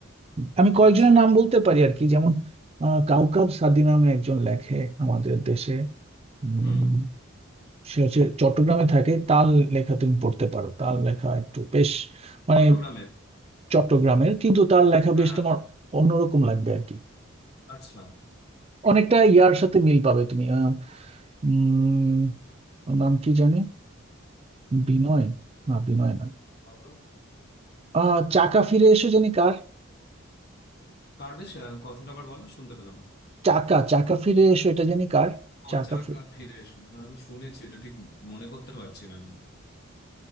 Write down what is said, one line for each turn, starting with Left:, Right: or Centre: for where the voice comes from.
Right: আমি কয়েকজনের
Left: আচ্ছা
Right: নাম বলতে পারি আর কি যেমন আহ, কাউকাব সাদি নামে একজন লেখে আমাদের দেশে উম,
Left: হুম
Right: সে হচ্ছে চট্টগ্রামে থাকে তার লেখা তুমি পড়তে পারো তার লেখা একটু বেশ মানে
Left: চট্টগ্রামের
Right: চট্টগ্রামের কিন্তু তার লেখা
Left: হ্যাঁ
Right: বেশ তোমার
Left: হ্যাঁ।
Right: অন্যরকম লাগবে আর কি
Left: আচ্ছা
Right: অনেকটা ইয়ার সাথে মিল পাবে তুমি আহ, উম ওর নাম কি জানি বিনয় না বিনয় না
Left: বলো।
Right: আহ চাকা ফিরে এসো জানি কার
Left: কার বেশ আহ, কথাটা আবার বলো শুনতে পেলাম না।
Right: চাকা চাকা ফিরে এসো এটা জানি কার
Left: ও
Right: চাকা
Left: চাকা
Right: ফিরে
Left: ফিরে এসো হ্যাঁ, আমি শুনেছি এটা ঠিক মনে করতে পারছি না আমি